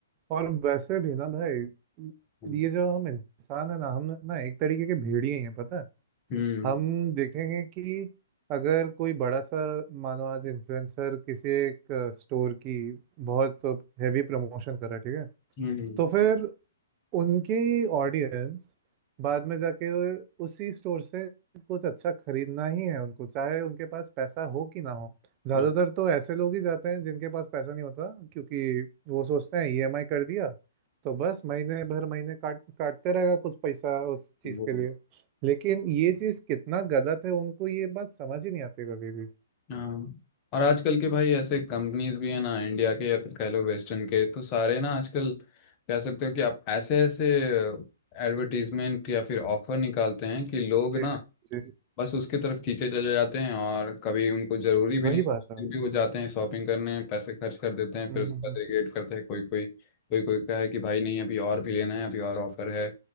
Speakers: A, on the right; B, on the left.
A: और वैसे भी ना भाई
B: हम्म
A: ये जो हम इंसान है ना हम ना एक तरीके के भेड़िए हैं पता है
B: हम्म
A: हम देखेंगे कि अगर कोई बड़ा सा मानो आज इन्फ्लुएंसर किसी एक स्टोर की बहुत हैवी प्रमोशन कर रहा है ठीक है
B: हम्म,
A: तो फिर उनकी ऑडियंस बाद में जाके उसी स्टोर से कुछ अच्छा खरीदना ही है उनको चाहे उनके पास पैसा हो कि ना हो ज़्यादातर
B: हाँ
A: तो ऐसे लोग ही जाते हैं जिनके पास पैसा नहीं होता क्योंकि वो सोचते हैं ईएमआई कर दिया तो बस महीने भर महीने काट काटते रहेगा कुछ पैसा उस चीज़
B: वो
A: के लिए लेकिन ये चीज़ कितना गलत है उनको ये बात समझ ही नहीं आती कभी भी
B: हाँ और आजकल के भाई ऐसे कंपनीज भी हैं ना इंडिया के या फिर कह लो वेस्टर्न के तो सारे ना आजकल कह सकते हो कि आप ऐसे ऐसे एडवर्टीजमेंट या फिर ऑफर निकालते हैं कि लोग
A: जी
B: ना
A: जी
B: बस उसके तरफ खींचे चले जाते हैं और कभी उनको जरूरी भी
A: वही
B: नहीं फिर
A: बात है
B: भी वो जाते हैं शॉपिंग करने पैसे खर्च कर देते हैं
A: हम्म
B: फिर उसके
A: हम्म
B: बाद रिग्रेट करते हैं कोई कोई कोई कोई कहे कि भाई नहीं अभी और भी लेना है अभी और ऑफर है